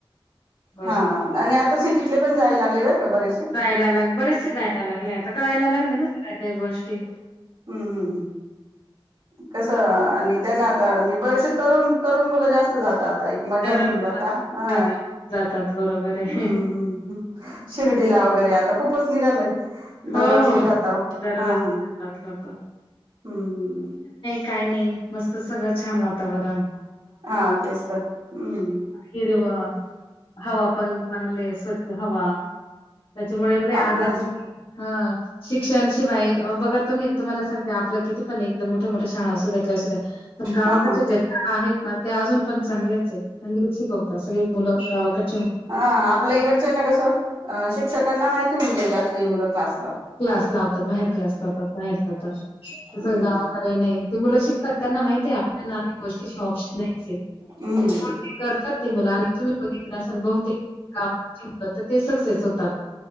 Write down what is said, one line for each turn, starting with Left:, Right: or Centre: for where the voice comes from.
Left: गोष्ट
Right: हा आणि आता सिटीतले पण जायला लागले बर का बरेसे.
Left: जायला लाग बरेचसे जायला आता कळायला लागले ना. सगळ्या काही गोष्ट ते.
Right: हम्म. हम्म. कस. आणि त्यांना आता बरेशे तरुण-तरुण मुलं जास्त जात तात आता. एक मजा
Left: तरुण
Right: म्हणून जाता.
Left: मुलं
Right: हा
Left: माझ्या जातात बरोबर आहे
Right: हम्म. हम्म्. शिर्डीला वगैरे आता खूपच निघालय. दरवर्षी
Left: हो, हो,
Right: जाता हा
Left: दरवर्जी
Right: हा
Left: जातात लोकं.
Right: हम्म. हम्म.
Left: काही नाही. मस्त सगळं छान वातावरण.
Right: हा तेच तर, हम्म.
Left: हिरवं. हवा पण चांगले स्वच्छ हवा. त्याच्यामुळे एवढे आजार
Right: आपलं
Left: हां. शिक्षण शिवाय बघा तुम्ही तुम्हाला सांगते आपलं किती पण एकदा मोठ्या मोठ्या शाळा असू द्या काय असू द्या पण गावाकडच्या
Right: हा हा
Left: ज्या आहेत. म ते अजून पण चांगलच आहे. हंणि शिकवतात सगळी मुलं गावाकड
Right: हां आपल्या इकडच्या ना कसं शिक्षकांना माहिती होऊन गेल्यात. ते मुलं फास
Left: क्लास लावतात बाहेर क्लास लावतात बाहेर जातात
Right: हम्म
Left: तसं गावाकडे नाही ती मुलं शिकतात त्यांना माहितीय आपल्याला गोष्टीशी ऑप्शन नाही. चे त्याच्यावरती
Right: हम्म
Left: करतात ती मुलं आणि तुम्ही बघितलं असाल बहुतेक गावाकडची त ते सक्सेस होतात.